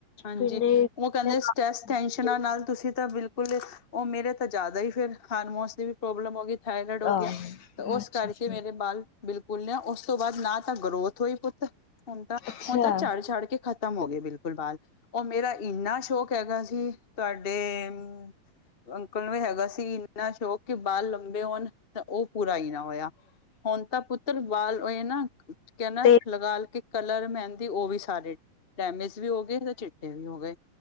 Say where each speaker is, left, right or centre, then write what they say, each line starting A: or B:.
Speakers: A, on the left; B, on the left.
A: ਹਾਂਜੀ,
B: ਕਿੰਨੇ ਕਿੰਨੇ
A: ਉਹ ਕਹਿਦੇ ਸਟਰੈਸ
B: ਕੰਮ
A: ਟੈਨਸ਼ਨਾਂ
B: ਹੁੰਦੇ।
A: ਨਾਲ ਤੁਸੀ ਤਾਂ ਬਿਲਕੁਲ ਉਹ ਮੇਰੇ ਤਾਂ ਜ਼ਿਆਦਾ ਹੀ ਫੇਰ ਹਾਰਮੋਨਸ ਦੀ ਵੀ ਪ੍ਰੋਬਲਮ ਹੋ ਗਈ ਥਾਈਰੈਡ ਹੋ
B: ਆਹ
A: ਗਿਆ ਤੇ ਉਸ
B: ਅੱਛਾ-ਅੱਛਾ,
A: ਕਰਕੇ ਮੇਰੇ ਬਾਲ ਬਿਲਕੁਲ ਨਹੀ ਉਸ ਤੋਂ ਬਾਅਦ ਨਾ ਤਾਂ ਗਰੋਥ ਹੋਈ ਪੁੱਤ ਹੁਣ ਤਾਂ
B: ਅੱਛਾ-ਅੱਛਾ।
A: ਹੁਣ ਤਾਂ ਝੜ- ਝੜ ਕੇ ਖਤਮ ਹੋ ਗਏ ਬਿਲਕੁਲ ਬਾਲ ਉਹ ਮੇਰਾ ਇਨਾ ਸੋਕ ਹੈਗਾ ਸੀ, ਤੁਆਡੇ ਅ-ਮ ਅੰਕਲ ਨੂੰ ਵੀ ਹੈਗਾ ਸੀ ਇੰ ਨਾ ਸੋ਼ਕ ਕਿ ਬਾਲ ਲੰਬੇ ਹੋਣ, ਤਾਂ ਉਹ ਪੂਰਾ ਹੀ ਨਾ ਹੋਇਆ। ਹੁਣ ਤਾਂ ਪੁੱਤਰ ਵਾਲ ਓ ਏ ਨਾ, ਕੇ ਨਾ,
B: ਤੇ
A: ਲਗਾ-ਲ ਕੇ ਕਲਰ ਮਹਿੰਦੀ ਉਹ ਵੀ ਸਾਰੇ ਡੈਮੇਜ਼ ਵੀ ਹੋ ਗੇ, ਤੇ ਚਿੱਟੇ ਵੀ ਹੋ ਗਏ।